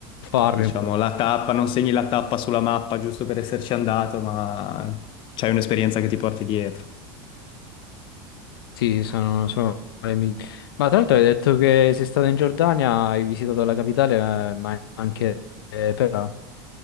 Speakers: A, on the left (about 80°); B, on the left (about 45°).
A: farlo
B: diciamo,
A: in quel modo.
B: la tappa, non segni la tappa sulla mappa giusto per esserci andato, ma c'hai un'esperienza che ti porti dietro.
A: Sì, sono, sono le migliori. Ma tra l'altro hai detto che sei stato in Giordania, hai visitato la capitale, eh, ma anche eh, Pera.